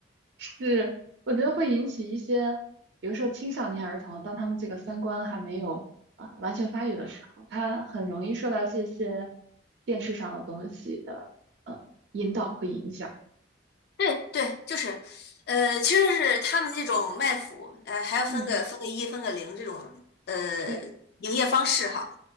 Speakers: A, on the right; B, on the left.
A: 是我觉得会引起一些，比如说青少年儿童，当他们这个三观还没有呃完全发育的时候，他很容易受到这些电视上的东西的呃引导和影响。
B: 对对，就是，呃，其实是他们这种卖腐，呃，还要分个分个一、
A: 嗯，
B: 分个零这种，呃，
A: 对。
B: 营业方式哈。